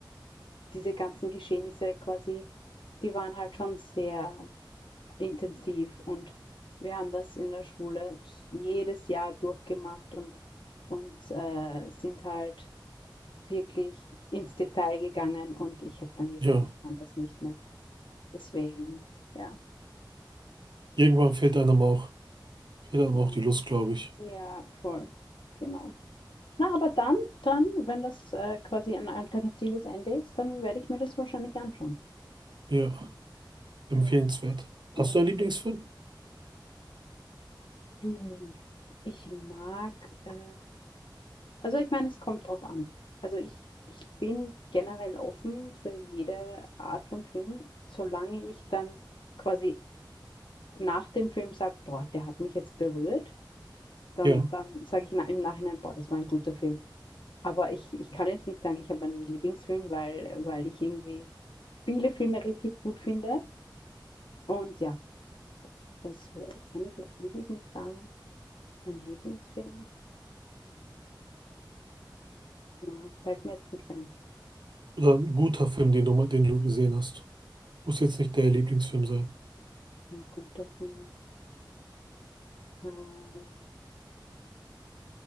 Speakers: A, on the left; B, on the right.
A: diese ganzen Geschehnisse quasi, die waren halt schon sehr. intensiv. Und wir haben das in der Schule jedes Jahr durchgemacht und, und äh, sind halt wirklich ins Detail gegangen. Und ich habe dann gesagt,
B: Ja,
A: ich kann das nicht mehr. Deswegen, ja,
B: irgendwann fehlt einem auch, fehlt einem
A: ja,
B: auch die Lust, glaube ich.
A: ja, voll. Genau. Na, aber dann, dann, wenn das äh, quasi ein alternatives Ende ist, dann werde ich mir das wahrscheinlich anschauen.
B: Ja, empfehlenswert.
A: Ja, ja.
B: Hast du einen Lieblingsfilm?
A: Hm. Ich mag äh, Also ich meine, es kommt drauf an. Also ich, ich bin generell offen für jede Art von Film, solange ich dann quasi nach dem Film sage, boah, der hat mich jetzt berührt, dann,
B: Ja,
A: dann sage ich na- im Nachhinein, boah, das war ein guter Film. Aber ich, ich kann jetzt nicht sagen, ich habe einen Lieblingsfilm, weil, weil ich irgendwie viele Filme richtig gut finde. Und ja, das kann ich doch wirklich nicht sagen. Ein Lieblingsfilm? Na, fällt mir jetzt nichts ein.
B: oder ein guter Film, den du, mal- den du gesehen hast. Muss jetzt nicht der Lieblingsfilm sein.
A: Ein guter Film. Nein.